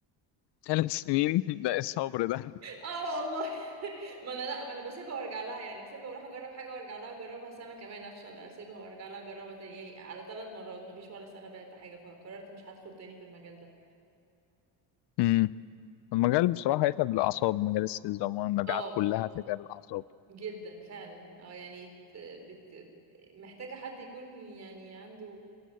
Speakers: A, on the left; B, on the right.
A: ثلاث سنين ده ايه الصبر ده
B: اه والله <laughs> ما انا لا ما انا بسيبها وارجع لها يعني اسيبها واروح اجرب حاجه وارجع لها اجربها سنه كمان افشل اسيبها وارجع لها اجربها تاني يعني على ثلاث مرات ما فيش ولا سنه بعت حاجه فقررت مش هدخل تاني في المجال ده
A: امم المجال بصراحه هيتعب الاعصاب مجال السيلز عموما المبيعات
B: اه
A: كلها هتتعب الاعصاب
B: جدا فعلا اه يعني ت- بت... محتاجه حد يكون يعني عنده